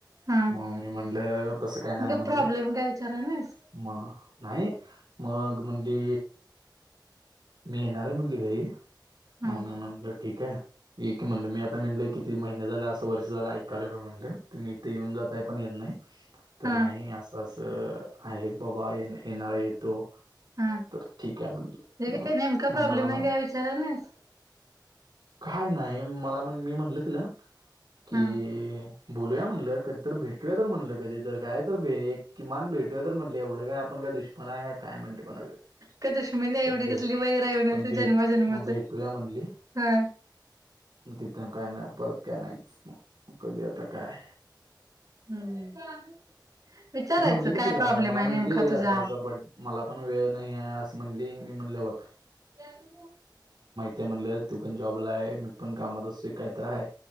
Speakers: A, on the right; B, on the right.
A: हा
B: मग मी म्हणलं तसं काय नाही
A: मग
B: म्हणलं
A: प्रॉब्लेम काय विचारा नाहीस
B: म नाहीय मग म्हणली मी येणार आहे म्हणली घरी
A: हा
B: ममी म ठीक आहे एक की म्हणलं मी आता म्हणलय किती महिने झाला असं वर्ष झालं ऐकालो मी म्हण मी इथे येऊन जाताय पण येत नाही तर
A: हा
B: नाही असं अस आहे बाबा ये येणाररा येतो
A: हा
B: तर ठीक आहे म्हणटलं
A: जे काय
B: मग
A: नेमका प्रॉब्लेम
B: म मला म्हण
A: आहे काय विचारा नाहीस
B: काय नाही मला म्हण मी म्हटलं तिला की
A: हा
B: बोलूया म्हटलं कधी तर भेटूया तर म्हणटलं कधी जर काय तर भ किमान भेटूया तर म्हटलं एवढं काय आपण का दुष्पणा आहे काय म्हणते कोणाचं
A: का दुश्मी एवढी
B: तर भेट
A: कसली वैरह नची
B: पण भेट
A: जन्माजन्माच
B: मग भेटूया म्हणली
A: हा
B: मग तिथं काय नाही परत काय नाहीच मग कधी आता काय
A: हम्म विचारायचं
B: मी म्हणलं की
A: काय
B: तिला
A: प्रॉब्लेम
B: मला
A: आहे
B: म्हणली
A: नेमका
B: असं
A: तुझा
B: असं बट मला पण वेळ नाही आहे असं म्हणली मी म्हणले होत
A: याल
B: ते म्हणले तू पण जॉबला आहे मी पण कामात असो काहीत आहे